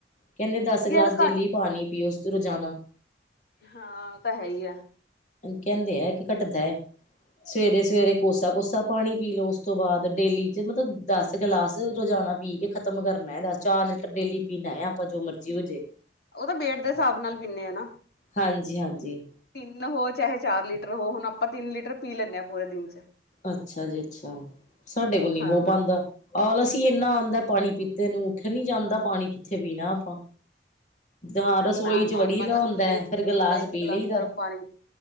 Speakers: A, on the left (about 40°); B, on the left (about 60°).
A: ਕਹਿੰਦੇ ਦਸ ਗਲਾਸ
B: ਯਾਰ
A: ਡੇਲੀ
B: ਘੱਟ
A: ਪਾਣੀ ਪੀਓ ਉਸ ਤੇ ਰੋਜ਼ਾਨਾ।
B: ਹਾਂ ਉਹ ਤਾਂ ਹੈ ਹੀ ਆ।
A: ਕਹਿੰਦੇ ਹੈ ਕਿ ਘੱਟਦਾ ਹੈ ਸਵੇਰੇ-ਸਵੇਰੇ ਕੋਸਾ-ਕੋਸਾ ਪਾਣੀ ਪੀ ਲੋ ਉਸ ਤੋਂ ਬਾਦ ਡੇਲੀ ਚ ਮਤਲਬ ਦਸ ਗਿਲਾਸ ਰੋਜਾਨਾ ਪੀ ਕੇ ਖ਼ਤਮ ਕਰਨਾ ਹੈ ਦਸ ਚਾਰ ਲੀਟਰ ਡੇਲੀ ਪੀਣਾ ਹੈ ਆਪਾਂ ਜੋ ਮਰਜ਼ੀ ਹੋਜੇ।
B: ਉਹ ਤਾਂ ਵੇਟ ਦੇ ਹਿਸਾਬ ਨਾਲ ਪੀਨੇ ਆ ਨਾ।
A: ਹਾਂਜੀ-ਹਾਂਜੀ
B: ਤਿੰਨ ਹੋ ਚਾਹੇ ਚਾਰ ਲੀਟਰ ਹੋ ਹੁਣ ਆਪਾਂ ਤਿੰਨ ਲੀਟਰ ਪੀ ਲੈਨੇ ਹਾਂ ਪੂਰੇ ਦਿਨ ਚ।
A: ਅੱਛਾ ਜੀ ਅੱਛਾ ਸਾਡੇ ਕੋਲ ਨੀ
B: ਹਾਂ।
A: ਹੋ ਪਾਦਾ। ਆਲ ਅਸੀਂ ਇੰਨਾ ਆਉਂਦਾ ਪਾਣੀ ਪੀਤੇ ਨੂੰ ਉੱਠ ਨੀ ਜਾਂਦਾ ਪਾਣੀ ਕਿੱਥੇ ਪੀਣਾ ਆਪਾਂ। ਹਾਂ ਰਸੋਈ
B: ਨਾ -ਨਾ
A: ਚ ਵੜੀ
B: ਆਪਾਂ
A: ਦਾ
B: ਤਾਂ
A: ਹੁੰਦਾ
B: ਉੱਠਦੇ
A: ਹੈ
B: ਸਭ
A: ਫਿਰ
B: ਤੋਂ
A: ਗਿਲਾਸ
B: ਪਹਿਲਾਂ ਇੱਕ
A: ਪੀ
B: ਗਲਾਸ
A: ਲਈ ਦਾ
B: ਗਰਮ ਪਾਣੀ